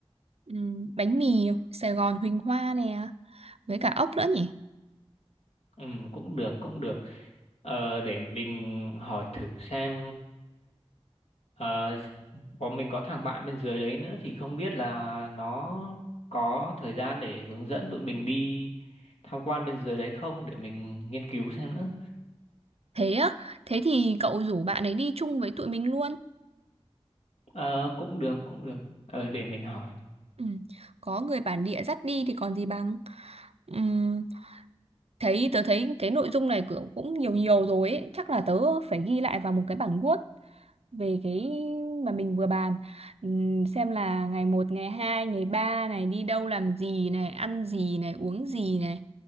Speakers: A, on the right; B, on the left.
A: ừm, bánh mì Sài Gòn Huỳnh Hoa nè, với cả ốc nữa nhỉ?
B: ừ cũng được cũng được ờ, để mình hỏi thử xem ờ, có mình có thằng bạn bên dưới đấy nữa thì không biết là nó có thời gian để hướng dẫn tụi mình đi tham quan bên dưới đấy không để mình nghiên cứu xem nữa
A: Thế á, thế thì cậu rủ bạn ấy đi chung với tụi mình luôn.
B: Ờ, cũng được, cũng được. Ờ, để mình hỏi.
A: Ừ. Có người bản địa dắt đi thì còn gì bằng. Ừm, thấy tớ thấy cái nội dung này kiểu cũng nhiều nhiều rồi ấy. Chắc là tớ phải ghi lại vào một cái bản Word về cái mà mình vừa bàn Ừm, xem là ngày một ngày 2 ngày 3 này đi đâu làm gì này, ăn gì này, uống gì này,